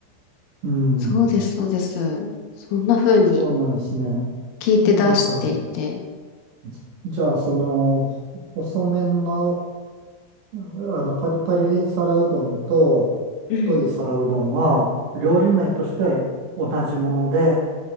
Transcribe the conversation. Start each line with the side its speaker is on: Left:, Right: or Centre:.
Right: うん、
Left: そうです、そうです。そんな風に
Right: そうなんですね。
Left: 聞いて出していて。
Right: なんか、じじゃあ、その、細麺の、あの、パリパリ皿うどんと、
Left: うん。
Right: 太い皿うどんは、料理名として同じもので、